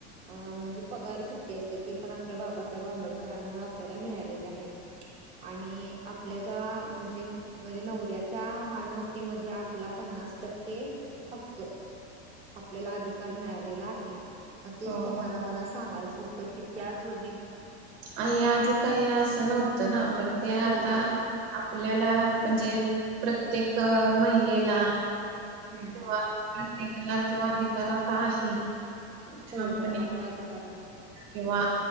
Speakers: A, on the right (about 20°); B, on the right (about 40°).
A: म्हणजे पगारी सुट्टी असते. ती पण आपल्या बाबासाहेब आंबेडकरांमुळे आपल्याला मिळालेली. हे आहे. आणि आपल्याचा म्हणजे म्हणजे, नवऱ्याच्या मालमत्तेमध्ये आपला पन्नास- टक्के हक्क आपल्याला अधिकार मिळालेला आहे. मग तेच
B: हो
A: तुम्हाला
B: हो
A: मला सांगायचं होतं की, त्या जोडणी-
B: आहे आधी काही असं नव्हतं ना? पण ते आता-
A: होय होय
B: आपल्याला म्हणजे.... प्रत्येक महिलेला-
A: हम्म.
B: किंवा प्रत्येकाला तो अधिकार आता आहे. छान...
A: होय होय
B: <inaudible> <unintelligible> पणी
A: आत्ता अधिकार आहे
B: किंवा